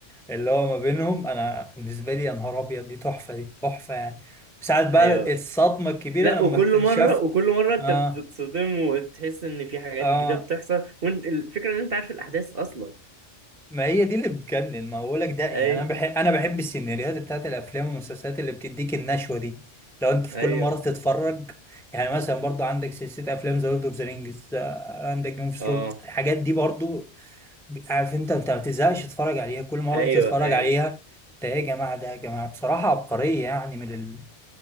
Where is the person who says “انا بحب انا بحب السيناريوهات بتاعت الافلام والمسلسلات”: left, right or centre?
Centre